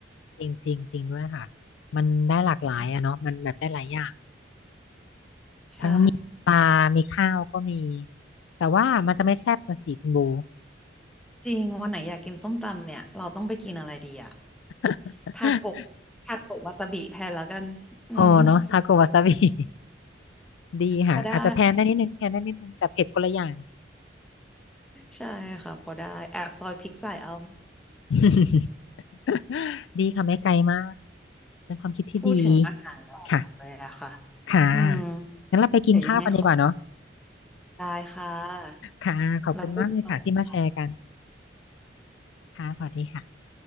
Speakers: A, on the left; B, in the centre.
A: จริงจริงจริงด้วยค่ะมันได้หลากหลายอะเนาะมันแบบได้หลายอย่าง
B: ใช่ใช่
A: ทั้งมีปลามีข้าวก็มีแต่ว่ามันจะไม่แซ่บนะสิคุณบู
B: จริงวันไหนอยากกินส้มตำเนี่ยเราต้องไปกินอะไรดีอะ
A: <laughs>
B: ทาโกะทาโกะวาซาบิแทนแล้วกันอืม
A: โอ้เนาะทาโกวาซาบิ <laughs> ดีค่ะอาจจะแทนได้นิดนึงแทนได้นิดนึงแต่เผ็ดคนละอย่าง
B: พอได้ใช่ค่ะพอได้แอบซอยพริกใส่เอา <laughs>
A: <laughs> ดีค่ะไม่ไกลมากเป็นความคิดที่ดี
B: พูดถึงอาหารแล้วหิวเลยอะค่ะ
A: ค่ะค่ะ
B: อืม
A: งั้นเราไปกินข้าวกันดีกว่าเนาะ
B: เดี๋ยวยังไงขอได้ค่ะ
A: ค่ะขอบคุณมากเลยค่ะที่มาแชร์กัน
B: แล้วคุยกัน
A: ค่ะสวัสดีค่ะ